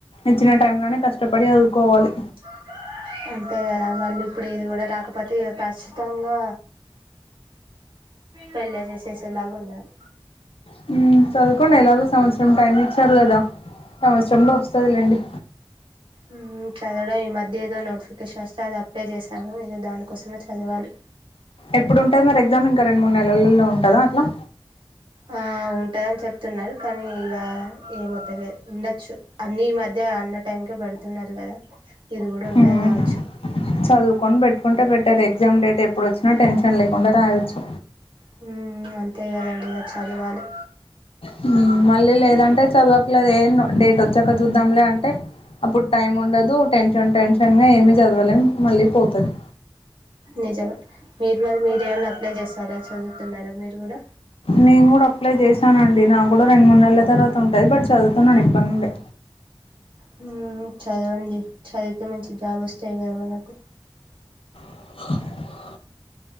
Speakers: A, on the left; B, on the right.
A: ఇచ్చిన టైమ్ లోనే క ష్టపడి చదువుకోవాలి
B: <inaudible> అంతే కాదా మళ్ళీ ఇప్పుడు ఇది కూడా రాకపోతే ఇగ ఖచ్చితంగా పెళ్ళే చేశేసేలాగా ఉన్నారు
A: హ్మ్ చదువుకోండి ఎలాగో సంవత్సరం టైం ఇచ్చారు కదా సంవత్సరంలో వ స్తది లేండి
B: మ్మ్ చదవడం ఈ మధ్య ఏదో నో టీస్ వస్తే అది అప్లై చేశాను ఇక దానికోసమే చదవాలి
A: ఎప్పుడుంటది మరి ఎగ్జామ్ ఇంకా రెండు మూడు నెలల్లో ఉంటదా అట్లా
B: ఆ ఉంటదని చెప్తున్నారు కానీ ఇక ఏమో తెలియదు ఉండొచ్చు అన్ని ఈ మధ్య అన్న టైం కే పేడుతున్నారు కదా ఇది కూడా ఉంటది
A: మ్మ్
B: కావచ్చు
A: చదువుకొని పెట్టుకుంటే పే టేర్ ఎగ్జామ్ డేట్ ఎప్పుడు వచ్చినా టెన్షన్ లేకుండా రాయొచ్చు
B: హ్మ్ అంతే కదండి ఇగ చదవాలి
A: హ్మ్ మళ్ళీ లేదంటే చదవకలేదు ఏంనో డేట్ వచ్చాక చూద్దాంలే అంటే అప్పుడు టైం ఉండదు టెన్షన్ టెన్షన్ గా ఏమి చదవలేం మళ్ళీ పోతది
B: నిజమే మీరు మరి మీరుమైన్నా అప్లై చేస్తారా చదువుతున్నారా మీరు కూడా
A: నేను కూడా అప్లై చేశానండి నా కుడా రెండు మూడు నెలల తర్వాత ఉంటాంది బట్ చదువుతున్నాను ఇప్పటి నుండే
B: హ్మ్ చదవండి చదివితే మంచి జాబ్ వస్తాది కదా మనకు
A: <inaudible>